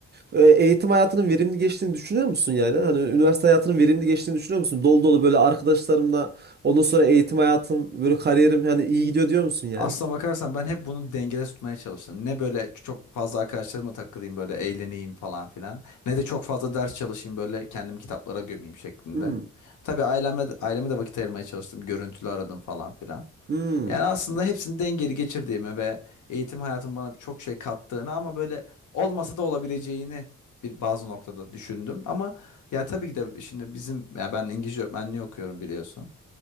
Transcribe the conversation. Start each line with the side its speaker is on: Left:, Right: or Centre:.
Right: E, Eğitim hayatının verimli geçtiğini düşünüyor musun yani? Hani üniversite hayatının verimli geçtiğini düşünüyor musun? Dolu dolu böyle arkadaşlarımla ondan sonra eğitim hayatım böyle kariyerim hani iyi gidiyor diyor musun yani?
Left: Aslına bakarsan ben hep bunu dengede tutmaya çalıştım. Ne böyle çok fazla arkadaşlarıma takılayım böyle eğleneyim falan filan. Ne de çok fazla ders çalışayım böyle kendimi kitaplara gömeyim şeklinde.
Right: Hmm.
Left: Tabii aileme, aileme de vakit ayırmaya çalıştım. Görüntülü aradım falan filan.
Right: Hmm.
Left: Yani aslında hepsini dengeli geçirdiğimi ve eğitim hayatım bana çok şey kattığını ama böyle olmasa da olabileceğini bir bazı noktada düşündüm. Ama ya tabii ki de şimdi bizim ya ben İngilizce öğretmenliği okuyorum biliyorsun.